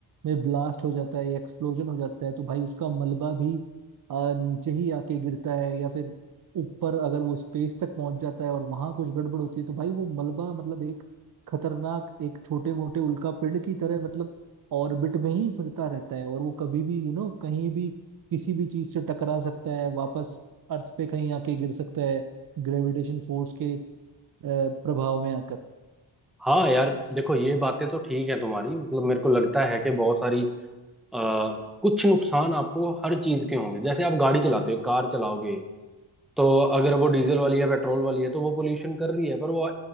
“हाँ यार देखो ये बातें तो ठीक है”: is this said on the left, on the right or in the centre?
Centre